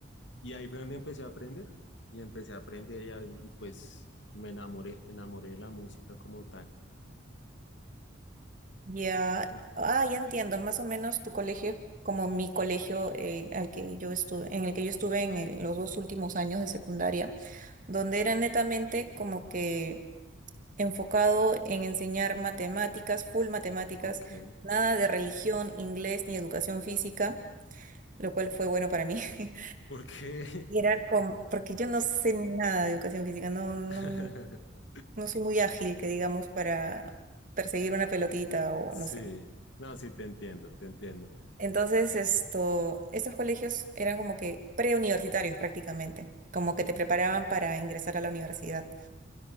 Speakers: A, on the left (about 65°); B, on the right (about 40°).
A: Y ahí fue donde empecé a aprender. Y empecé a aprender y, ahí- y pues me enamoré, me enamoré de la música como tal.
B: Ya,
A: Es-
B: Ah, ya entiendo, más o menos tu colegio, es como mi colegio eh, al que yo estuve, en el que yo estuve en el- los dos últimos años de secundaria, donde era netamente como que enfocado en enseñar matemáticas, full matemáticas,
A: Ok.
B: nada de religión, inglés ni educación física, lo cual fue bueno para mí. <laughs>
A: ¿Por qué?
B: Y era como, porque yo no sé nada de educación física, no, no,
A: <laughs>
B: no soy muy ágil, que digamos, para perseguir una pelotita o
A: Sí,
B: no sé.
A: no, sí, te entiendo, te entiendo.
B: Entonces, esto, estos colegios eran como que preuniversitarios prácticamente, como que te preparaban para ingresar a la universidad.